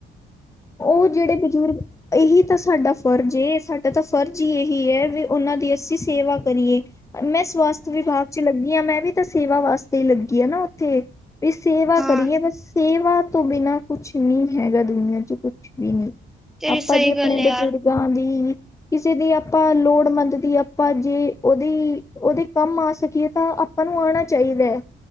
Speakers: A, on the left; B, in the centre.
A: ਉਹ ਜਿਹੜੇ ਬਜ਼ੁਰਗ ਇਹੀ ਤਾਂ ਸਾਡਾ ਫਰਜ਼ ਏ, ਸਾਡਾ ਤਾਂ ਫਰਜ਼ ਹੀ ਇਹੀ ਹੈ ਵੀ ਉਹਨਾਂ ਦੀ ਅਸੀਂ ਸੇਵਾ ਕਰੀਏ। ਮੈਂ ਸਵਾਸਥ ਵਿਭਾਗ ਚ ਲੱਗੀ ਹਾਂ, ਮੈਂ ਵੀ ਤਾਂ ਸੇਵਾ ਵਾਸਤੇ ਹੀ ਲੱਗੀ ਆ ਨਾ ਉੱਥੇ ਵੀ ਸੇਵਾ
B: ਹਾਂ
A: ਕਰੀਏ ਬਸ ਸੇਵਾ ਤੋਂ ਬਿਨਾਂ ਕੁਛ ਨਹੀਂ ਹੈਗਾ, ਦੁਨੀਆਂ ਚ ਕੁਛ ਵੀ ਨਹੀਂ।
B: ਤੇਰੀ
A: ਆਪਾਂ
B: ਸਹੀ
A: ਜੀ ਆਪਣੇ
B: ਗੱਲ ਹੈ
A: ਬਜ਼ੁਰਗਾਂ
B: ਯਾਰ
A: ਦੀ, ਕਿਸੇ ਦੀ ਆਪਾਂ ਲੋੜਮੰਦ ਦੀ ਆਪਾਂ ਜੇ ਉਹਦੇ-ਉਹਦੇ ਕੰਮ ਆ ਸਕੀਏ ਤਾਂ। ਆਪਾਂ ਨੂੰ ਆਉਣਾ ਚਾਹੀਦਾ ਹੈ,